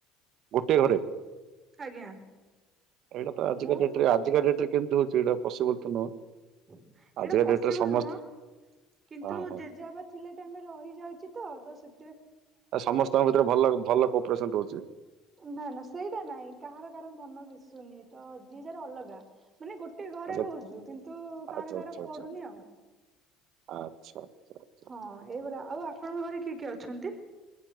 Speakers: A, on the right (about 60°); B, on the right (about 35°).
A: ଗୋଟେ ଘରେ। ଏଇଟା
B: ଆଜ୍ଞା
A: ତ ଆଜିକା
B: ମୁଁ
A: ଡେଟରେ ଆଜିକା ଡେଟରେ କେମିତି ହଉଛି ଏଇଟା ପସିବଲ ତ ନୁହଁ?
B: ଏଇଟା
A: ଆଜିକା
B: ପସିବୁଲ
A: ଡେଟରେ ସମସ୍ତେ
B: ନୁହଁ କିନ୍ତୁ
A: ହଁ ହଁ
B: ଜେଜେବାପା ଥିଲା ଟାଇମରେ ରହିଯାଇଚି। ତ ତ ସେ।
A: ଆ ସମସ୍ତଙ୍କ ଭିତରେ ଭଲ ଭଲ କୋପରେସନ ରହୁଚି।
B: ନା ନା ସେଇଟା ନାଇଁ କାହାର କାହାର ମନ ମିଶୁନି ତ ଜିଏ ଯାର ଅଲଗା ମାନେ ଗୋଟେ ଘରେ
A: ଆଚ୍ଛା
B: ରହୁଛୁ କିନ୍ତୁ କାହାର
A: ଆଚ୍ଛା
B: କାହାର
A: ଆଚ୍ଛା ଆଚ୍ଛା
B: ପଡୁନି ଆଉ
A: ଆଚ୍ଛା ଆଚ୍ଛା ଆଚ୍ଛା
B: ହଁ ଏଇଗୁଡା ଆଉ ଆପଣଙ୍କ ଘରେ କିଏ କିଏ ଅଛନ୍ତି?